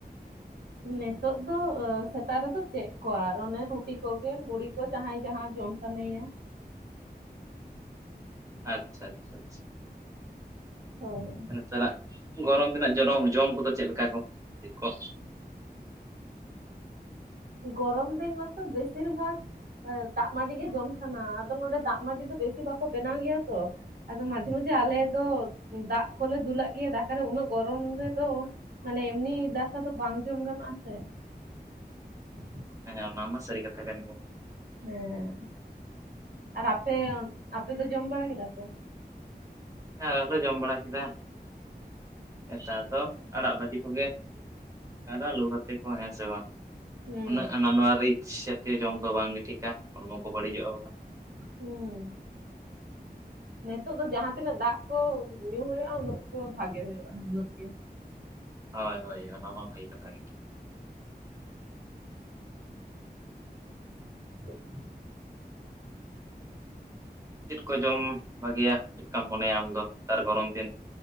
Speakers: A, on the right; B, on the right.
A: ᱱᱤᱛᱚᱜ ᱫᱚ ᱥᱮᱛᱟᱜ ᱨᱮᱫᱚ ᱪᱮᱫ ᱠᱚ ᱟᱨ ᱚᱱᱮ ᱨᱩᱴᱤ ᱠᱚᱜᱮ ᱢᱩᱲᱤ ᱠᱚ ᱡᱟᱦᱟᱸᱭ ᱡᱟᱦᱟᱸ ᱡᱚᱢ ᱥᱟᱱᱟᱭᱟ᱾
B: ᱟᱪᱷᱟ-ᱟᱪᱷᱟ-ᱟᱪᱷᱟ
A: ᱦᱳᱭ
B: ᱱᱮᱛᱟᱨᱟᱜ ᱜᱚᱨᱚᱢ ᱨᱮᱱᱟᱜ ᱡᱚᱢ ᱠᱚᱫᱚ ᱪᱮᱫ ᱞᱮᱠᱟ ᱠᱚ ᱪᱮᱫ ᱠᱚ?
A: ᱜᱚᱨᱚᱢ ᱫᱤᱱ ᱢᱟᱛᱚ ᱵᱮᱥᱤᱨ ᱵᱷᱟᱜᱽ ᱫᱟᱜ ᱢᱟᱹᱰᱤ ᱜᱮ ᱡᱚᱢ ᱥᱟᱱᱟ ᱟᱫᱚ ᱱᱚᱰᱮ ᱫᱟᱜ ᱢᱟᱹᱰᱤ ᱫᱚ ᱵᱮᱥᱤ ᱵᱟᱠᱚ ᱵᱮᱱᱟᱣ ᱜᱮᱭᱟ ᱛᱚ ᱟᱫᱚ ᱢᱟᱡᱷᱮ-ᱢᱟᱡᱷᱮ ᱟᱞᱮ ᱫᱚ ᱫᱟᱜ ᱠᱚᱞᱮ ᱫᱩᱞᱟᱜ ᱜᱮᱭᱟ ᱫᱟᱠᱟᱨᱮ ᱩᱱᱟᱹᱜ ᱜᱚᱨᱚᱢ ᱨᱮᱫᱚ ᱢᱟᱱᱮ ᱮᱢᱱᱤ ᱫᱟᱠᱟ ᱫᱚ ᱵᱟᱝ ᱡᱚᱢ ᱜᱟᱱᱚᱜᱼᱟ ᱥᱮ ᱾ <inaudible>
B: ᱦᱮᱸ ᱚᱱᱟᱢᱟ ᱥᱟᱹᱨᱤ ᱠᱟᱛᱷᱟ ᱠᱟᱱ ᱜᱮ ᱾
A: ᱦᱮᱸ <inaudible> ᱟᱨ ᱟᱯᱮ ᱟᱯᱮ ᱫᱚ ᱡᱚᱢ ᱵᱟᱲᱟ ᱠᱮᱫᱟ ᱯᱮ?
B: ᱦᱮᱸ ᱟᱞᱮ ᱫᱚᱞᱮ ᱡᱚᱢ ᱵᱟᱲᱟ ᱠᱮᱫᱟ, <inaudible> ᱱᱮᱛᱟᱨ ᱫᱚ ᱟᱲᱟᱜ ᱵᱷᱟᱹᱡᱤ ᱠᱚᱜᱮ ᱾ ᱟᱨ ᱟᱞᱩ ᱵᱷᱟᱛᱮ ᱠᱚ ᱦᱮᱸ ᱥᱮ ᱵᱟᱝ ᱾
A: ᱦᱩᱸ
B: ᱩᱱᱟᱹᱜ ᱟᱱᱟ ᱱᱟᱶᱟ ᱨᱤᱪᱽ ᱡᱟᱛᱤᱭᱚ ᱡᱚᱢ ᱫᱚ ᱵᱟᱝ ᱜᱮ ᱴᱷᱤᱠᱟ, ᱦᱚᱲᱢᱚ ᱠᱚ ᱵᱟᱹᱲᱤᱡᱚᱜᱼᱟ ᱵᱟᱝ
A: ᱦᱮᱸᱻ ᱱᱤᱛᱳᱜ ᱫᱚ ᱡᱟᱦᱟᱸ ᱛᱤᱱᱟᱹᱜ ᱫᱟᱜ ᱠᱚ ᱧᱩ ᱦᱩᱭᱩᱜᱼᱟ ᱩᱱᱟᱹᱜ ᱠᱚ ᱵᱷᱟᱜᱮ ᱦᱩᱭᱩᱜᱼᱟ ᱾ ᱩᱱᱟᱹᱜ ᱜᱮ
B: ᱦᱳᱭ ᱦᱳᱭ ᱚᱱᱟ ᱢᱟ <unintelligible> ᱠᱟᱛᱷᱟ ᱜᱮ ᱾
A: <inaudible>
B: ᱪᱮᱫ ᱠᱚ ᱡᱚᱢ ᱵᱷᱟᱹᱜᱤᱭᱟ ᱪᱮᱫᱠᱟᱢ ᱢᱚᱱᱮᱭᱟ ᱟᱢ ᱫᱚ ᱱᱮᱛᱟᱨ ᱜᱚᱨᱚᱢ ᱫᱤᱱ?